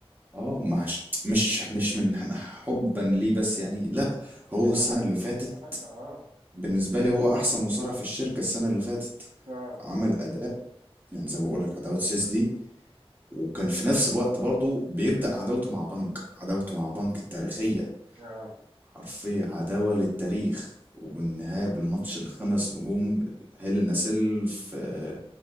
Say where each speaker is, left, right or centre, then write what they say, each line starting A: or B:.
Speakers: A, on the right; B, on the right.
A: اه مش مش مش من ح- حبا ليه بس يعني لا هو
B: يستحق
A: السنة اللي فاتت
B: يستحق آه
A: بالنسبة لي هو احسن مصارع في الشركة السنة اللي فاتت
B: آه
A: عمل اداء يعني زي ما بقول لك عداوة سيس دي وكان في نفس الوقت برضو بيبدأ عداوته مع بنك عداوته مع بنك التاريخية
B: آه
A: حرفيا عداوة للتاريخ وبالنهاية بالماتش الخمس نجوم هيل النسيل في آه،